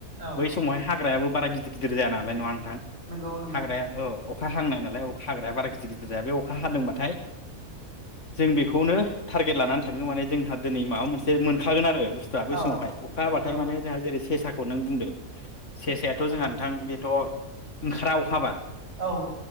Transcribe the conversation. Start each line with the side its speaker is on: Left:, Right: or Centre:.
Right: औ
Left: बै समावहाय हाग हाग्रायाबो बारा गिदिर गिदिर जायाना नङा नोंथां
Right: नंगौ नंगौ
Left: हाग्राया ओ अखा हांनाय नालाय अखा हाग्राया बारा गिदिर गिदिर जाया बे अखा हादोंबाथाय जों बेखौनो थारगेट लानानै थाङो माने जोंहा दिनै माबा मोनसे मोनखागोन आरो बुस्थुआ बै
Right: औ
Left: समावाय अखा हाथाय
Right: औ
Left: माने जोंहा जेरै सेसाखौ नों बुंदो सेरसायाथ'
Right: औ
Left: जोंहा नोंथां बेथ' ओंखारा अखाहाबा
Right: औ